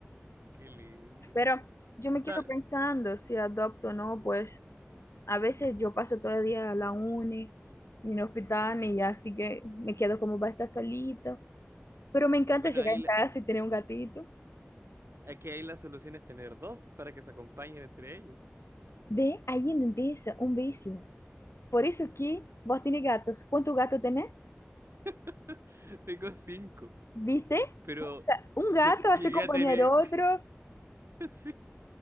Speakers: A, on the right; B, on the left.
A: Qué lindo.
B: Pero yo me
A: Está...
B: quedo pensando si adopto o no, pues A veces yo paso todo el día a la uni y en el hospital
A: Ah.
B: y así que me quedo como va a estar solita. Pero me encanta
A: Bueno,
B: llegar
A: ahí
B: en
A: la-
B: casa y tener un gatito.
A: aquí hay la solución es tener dos para que se acompañen entre ellos.
B: Ve, ahí empieza un vicio. Por eso que vos tenés gatos. ¿Cuántos gatos tenés?
A: <laughs> Tengo cinco,
B: ¿Viste?
A: pero
B: Un, ga- un
A: yo
B: gato
A: llegué
B: hace compañía
A: a tener,
B: al otro,
A: <laughs> sí,